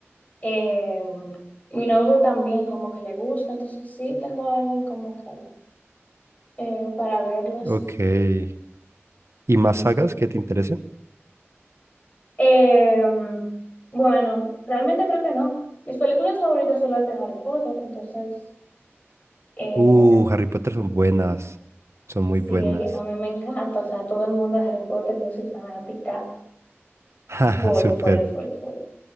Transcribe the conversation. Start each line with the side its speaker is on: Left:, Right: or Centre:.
Left: Eh, mi novio también como que le gusta, entonces sí tengo a alguien como que eh, para verlas.
Right: Ok. ¿Y más sagas que te interesen?
Left: Eh, bueno, realmente creo que no. Mis películas favoritas son las de Harry Potter, entonces eh,
Right: Uh, Harry Potter son buenas, son muy
Left: sí,
Right: buenas.
Left: a mí me encanta, o sea, todo el mundo de Harry Potter, yo soy fanática.
Right: <laughs> Jaja,
Left: Full,
Right: súper.
Left: full, full, full.